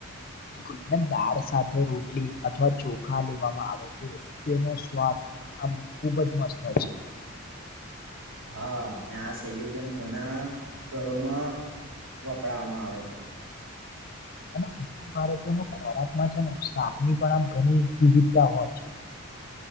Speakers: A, on the left; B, on the right.
A: બિલકુલ અને દાળ સાથે રોટલી અથવા ચોખા લેવામાં આવે છે જેનો સ્વાદ આમ ખુબ જ મસ્ત થાય છે.
B: હા આ સંયોજન ઘણા ઘરોમાં વપરાવામાં આવે છે.
A: <inaudible> ભારતી ની ખોરાક માં છે ને સાખની પણ આમ ઘણી વિવિધતા હોય છે.